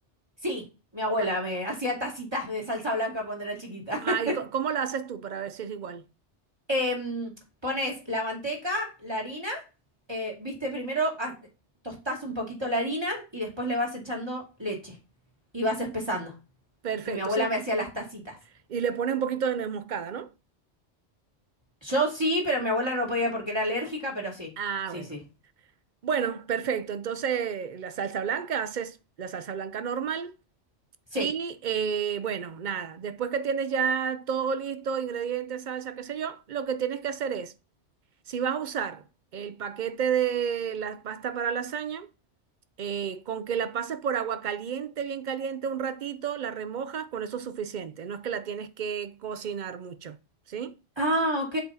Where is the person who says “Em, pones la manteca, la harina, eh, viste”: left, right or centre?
Right